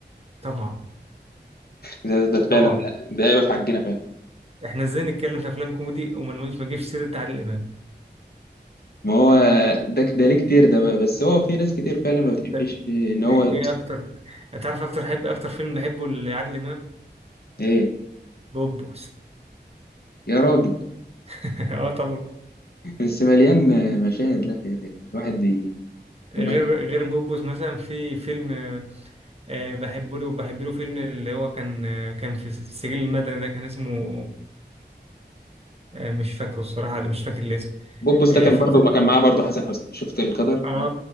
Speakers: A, on the right; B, on the left.
A: طبعا
B: ده, ده فعلا
A: طبعا
B: ده, ده هيبقى في حقنا فعلا
A: احنا ازاي نتكلم في افلام كوميدي وما نقولش ما نجيبش سيره عادل امام
B: ما هو ده ده ليه كتير ده بقى بس هو في ناس كتير فعلا ما بتحبش
A: طب
B: ان هو
A: ايه إيه اكتر انت عارف اكتر حب اكتر فيلم بحبه لعادل امام
B: ايه
A: بوبوس
B: يا راجل
A: <laughs> اه طبعا
B: بس مليان مشاهد لا يا أخي، الواحد ي-
A: غير
B: لما-
A: غير بوبوس مثلا في فيلم آه آه، بحبه له بحب له فيلم اللي هو كان آه كان في السجل المدني ده كان اسمه آه مش فاكره الصراحه مش فاكر الاسم
B: بوبس ده
A: آه،
B: كان
A: في
B: برضه ما كان معاه برضه حسن حسني شفت القدر
A: اه
B: أهو،